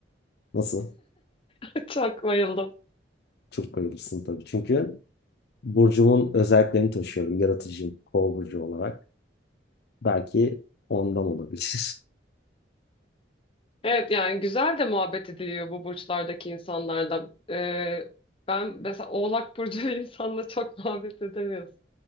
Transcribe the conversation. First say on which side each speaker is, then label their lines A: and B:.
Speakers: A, on the left; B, on the left.
A: Nasıl?
B: <laughs> Çok bayıldım.
A: Çok bayılırsın tabii. Çünkü burcumun özelliklerini taşıyorum. Yaratıcıyım. Kova burcu olarak. Belki ondan olabilir.
B: Evet yani güzel de muhabbet ediliyor bu burçlardaki insanlarla. E, ben mesela Oğlak Burcu <laughs> insanla çok muhabbet edemiyorum.